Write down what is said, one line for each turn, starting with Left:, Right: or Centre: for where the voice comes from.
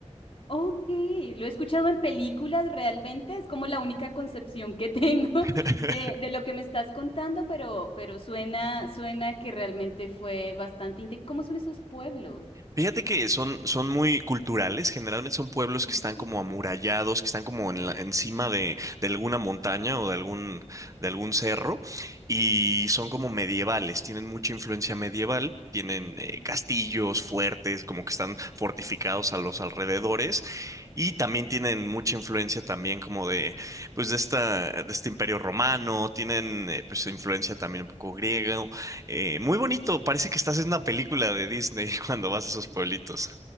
Left: Ok, lo he escuchado en películas realmente, es como la única concepción que tengo
Right: <laughs>
Left: <laughs> de, de lo que me estás contando, pero, pero suena, suena que realmente fue bastante inte- ¿Cómo son esos pueblos?
Right: Fíjate que son, son muy culturales, generalmente son pueblos
Left: Ujú,
Right: que están como amurallados, que están como en la- encima de, de alguna montaña o de algún, de algún cerro, y son como medievales, tienen mucha influencia medieval, tienen eh,
Left: ujú,
Right: castillos fuertes, como que están fortificados a los alrededores,
Left: ujú.
Right: y también tienen mucha influencia también como de, pues de esta, de este imperio romano, tienen eh, pues influencia también un poco griega, eh, muy bonito, parece que estás en una película de Disney <laughs> cuando vas a esos pueblitos.